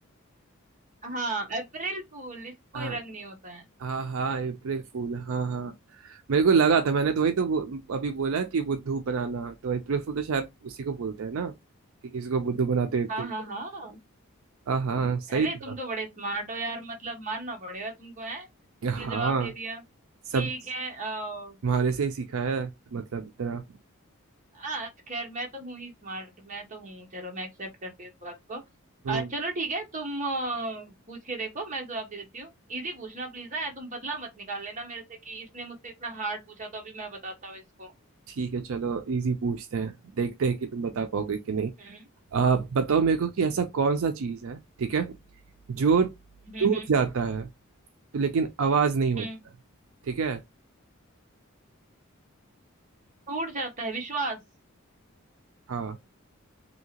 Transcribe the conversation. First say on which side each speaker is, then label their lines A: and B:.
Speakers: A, on the right; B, on the right.
A: हाँ अप्रैल फूल इसको
B: हाँ
A: ही रंग नहीं होता है
B: हाँ हाँ अप्रैल फूल हाँ हाँ मेरे को लगा था मैंने तो वही तो बो, अभी बोला कि बुद्धू बनाना तो अप्रैल फूल तो शायद उसी को बोलते हैं ना कि किसी को बुद्धू बनाते हैं अप्रैल
A: हाँ हाँ
B: फूल
A: हाँ
B: हाँ हाँ सही
A: अरे
B: था
A: तुम तो बड़े स्मार्ट हो यार मतलब मानना पड़ेगा तुमको है तुमने
B: हाँ
A: जवाब दे दिया
B: सब
A: ठीक है अ,
B: तुम्हारे से ही सीखा है मतलब इतना
A: हाँ खैर मैं तो हूँ ही स्मार्ट मैं तो हूँ चलो मैं एक्सेप्ट करती हूँ इस बात को
B: हम्म
A: अ, चलो ठीक है तुम अ, पूछ के देखो मैं जवाब देती हूँ इजी पूछना प्लीज ना तुम बदला मत निकाल लेना मेरे से कि इसने मुझसे इतना हार्ड पूछा तो अभी मैं बताता हूँ इसको
B: ठीक है चलो इजी पूछते हैं देखते हैं कि तुम बता पाओगे कि नहीं
A: हम्म
B: आप बताओ मेरे को कि ऐसा कौन सा चीज है ठीक है जो
A: हम्म
B: टूट
A: हम्म
B: जाता है तो लेकिन आवाज नहीं होता
A: हम्म।
B: है ठीक है
A: टूट जाता है विश्वास
B: हाँ